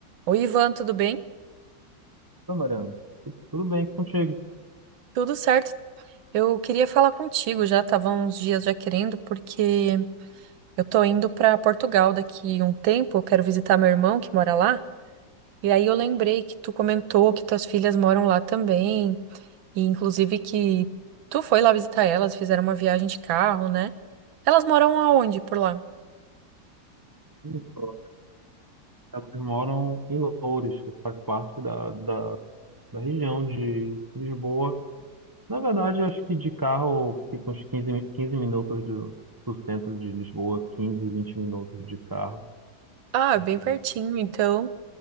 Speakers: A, on the right (about 80°); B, on the right (about 15°).
A: Oi, Ivan, tudo bem?
B: Oi, Mariana. Tudo bem contigo?
A: Tudo certo. Eu queria falar contigo, já estava uns dias já querendo, porque eu tô indo para Portugal daqui um tempo, eu quero visitar meu irmão que mora lá. E aí eu lembrei que tu comentou que tuas filhas moram lá também, e inclusive que tu foi lá visitar elas, fizeram uma viagem de carro, né? Elas moram aonde por lá?
B: Isso. Elas moram em Loures, que faz parte da, da, da região de Lisboa. Na verdade, acho que de carro fica uns 15, mi- 15 minutos do, do centro de Lisboa, 15, 20 minutos de carro.
A: Ah, é
B: Então,
A: bem pertinho, então.